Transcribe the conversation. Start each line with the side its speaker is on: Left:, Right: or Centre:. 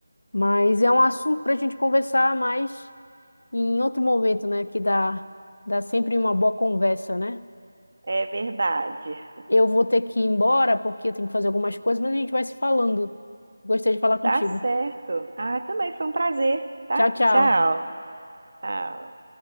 Left: Mas é um assunto para a gente conversar mais E em outro momento, né, que dá, dá sempre uma boa conversa, né?
Right: É verdade.
Left: Eu vou ter que ir embora porque eu tenho que fazer algumas coisas, mas a gente vai se falando. Gostei de falar contigo.
Right: Tá certo. Ah, também foi um prazer, tá?
Left: Tchau, tchau.
Right: Tchau. Tchau.